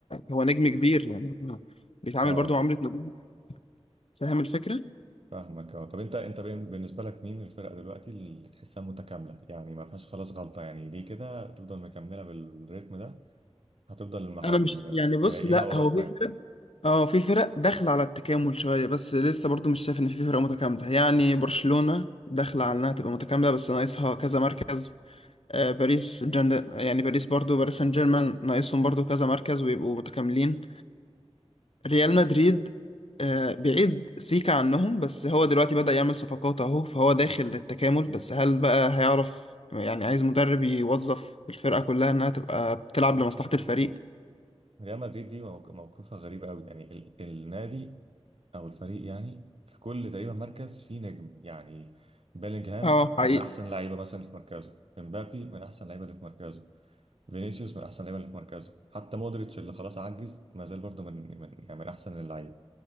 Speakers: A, on the left (about 65°); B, on the right (about 60°).
A: هو نجم كبير يعني بيتعامل
B: اه
A: برضو معامله نجوم فاهم الفكره
B: فاهمك اه طب انت انت بين- بالنسبه لك مين الفرقه دلوقتي اللي تحسها متكامله يعني ما فيهاش خلاص غلطه يعني دي كده تفضل مكمله بالريتم ده هتفضل مع
A: انا
B: م-
A: مش يعني بص
B: منيمه
A: لا
B: اوروبا
A: هو في
B: يعني
A: فرق اه في فرق داخله على التكامل شويه بس لسه برضو مش شايف ان في فرقه متكامله يعني برشلونه داخله على انها تبقى متكامله بس ناقصها كذا مركز آه، باريس جن... يعني باريس برضو باريس سان جيرمان ناقصهم برضو كذا مركز ويبقوا متكاملين ريال مدريد آه، بعيد سيكا عنهم بس هو دلوقتي بدأ يعمل صفقات اهو فهو داخل للتكامل بس هل بقى هيعرف يعني عايز مدرب يوظف الفرقة كلها انها تبقى بتلعب لمصلحة الفريق
B: ريال مدريد دي موق- موقفها غريب قوي يعني ال... النادي او الفريق يعني في كل تقريبا مركز فيه نجم يعني بيلينغهام
A: اه حقيقي
B: من احسن اللعيبه مثلا اللي في مركزه امبابي من احسن اللعيبه اللي في مركزه فينيسيوس من احسن اللعيبه اللي في مركزه حتى مودريتش اللي خلاص عجز ما زال برضه من من يعني من احسن اللعيبه